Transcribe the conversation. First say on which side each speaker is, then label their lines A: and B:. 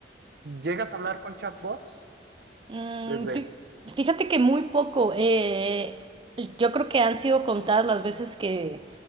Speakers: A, on the right (about 60°); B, on the right (about 30°).
A: ¿llegas a hablar con chatbots?
B: Mm,
A: Desde...
B: fí- Fíjate que muy poco. eh, yo creo que han sido contadas las veces que